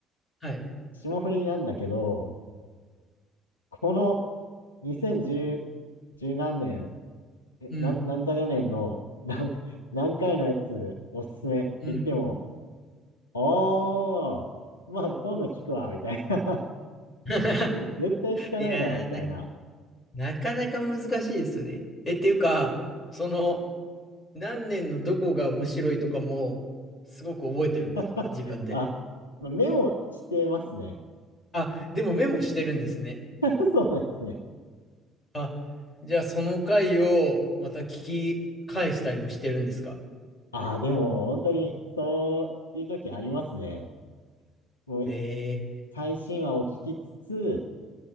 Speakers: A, on the left; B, on the left.
A: はい。
B: 霜降りなんだけど、この2010、じゅう何年、え、
A: うん。
B: なん、なんたか年の何、何回のやつおすすめって言っても、
A: うん
B: ああ、まあ今度聞くわ、みたいな。
A: <laughs>
B: 絶対聞かないだろう、
A: いやー、
B: みたいな。
A: な、なかなか難しいですよね。え、っていうか、その、何年のどこが面白いとかも、すごく覚えてるんですか、
B: <laughs>
A: 自分で。
B: あ、まあメモしてますね。
A: あ、でもメモしてるんですね。
B: <laughs> そうですね。
A: あ、じゃあその回をまた聞き返したりもしてるんですか。
B: あ、でも、本当に、そういう時ありますね。もう、
A: えー、
B: 最新話を聞きつつ、